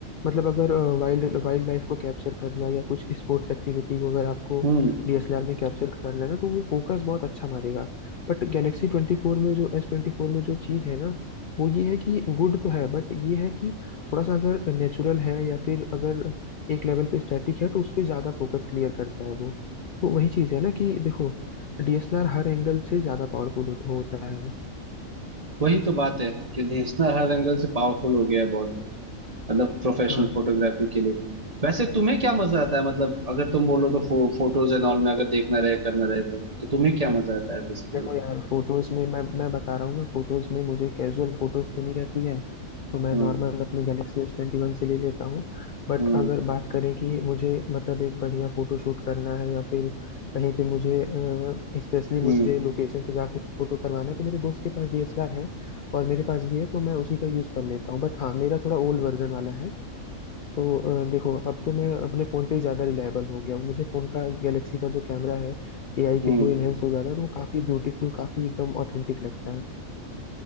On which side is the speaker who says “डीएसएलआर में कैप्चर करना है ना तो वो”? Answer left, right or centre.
Left